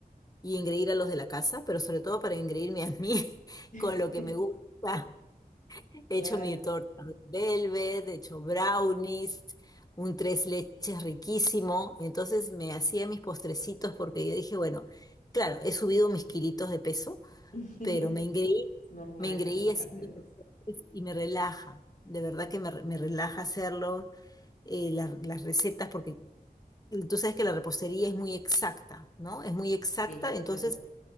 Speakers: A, on the left; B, on the left.
A: y engreír a los de la casa, pero sobre todo para engreírme a mí <laughs> con
B: <laughs>
A: lo que me gusta.
B: Claro.
A: He hecho mi torta de velvet, he hecho brownies, un tres leches riquísimo. Entonces me hacía mis postrecitos porque yo dije, bueno, claro, he subido mis kilitos de peso
B: <laughs>
A: pero me engreí,
B: Es normal
A: me engreí
B: en las vacaciones.
A: haciendo los postres y me relaja, de verdad que me, re- me relaja hacerlo, eh, la- las recetas, porque tú sabes que la repostería es muy exacta, ¿no? Es muy exacta,
B: Sí,
A: entonces
B: claro.